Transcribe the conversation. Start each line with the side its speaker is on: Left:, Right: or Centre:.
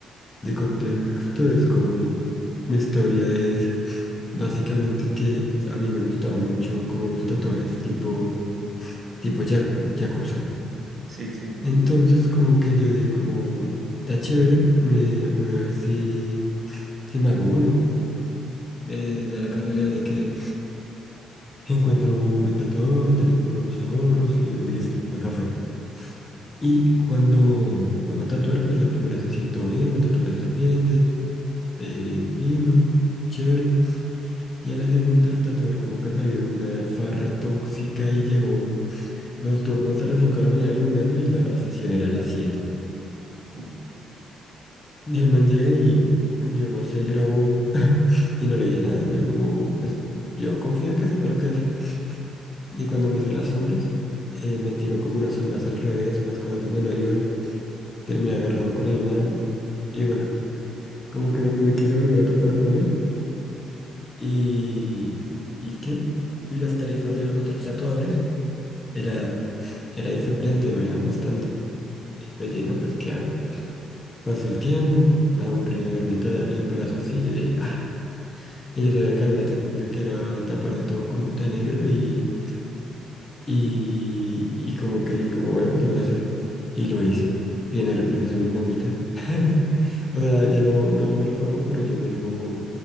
Left: de contexto. Es como mi historia es básicamente que a mí me gustaban mucho como los tatuajes tipo, tipo yaku- yakuza.
Right: sí, sí.
Left: Entonces, como que yo dije como, está chévere, me voy a ver si, si me hago uno. Eh, de la casualidad de que Encuentro un buen tatuador, tenía unos ahorros y yo digo, listo, acá fue. Y cuando me va a tatuar, pues la primera sesión todo bien, me tatuó una serpiente, eh, pimba, chévere. Y a la segunda el tatuador como que salió de una farra tóxica y llegó, o estuvo como hasta las 5 de la mañana rumbeando y la sesión era a las 7.
Right: Uh.
Left: Y el man llega y yo no sé, yo <laughs> y no le dije nada, yo como, pues yo confío en que sepa lo que hace. Y cuando me hizo las sombras, eh, me tiró como unas sombras al revés, unas cosas donde no iban. Terminé agarrado con el man. Y bueno, como que no me quise volver a tatuar con él. Y... ¿Y qué? Y las tarifas de los otros tatuadores eran... Era diferente, variaban bastante. Pues lleno, pues ¿qué hago? Pasó el tiempo, me aburrí de verme el, ta- el brazo así. Yo dije, "Ah". Y yo sabía que había una técnica que era tapar de todo con, de negro y... Y, y como que dije, como bueno, pues lo voy a hacer. Y lo hice, pidiéndole permiso a mi mamita. <laughs> O sea, ella no, no me lo pagó, pero yo me lo,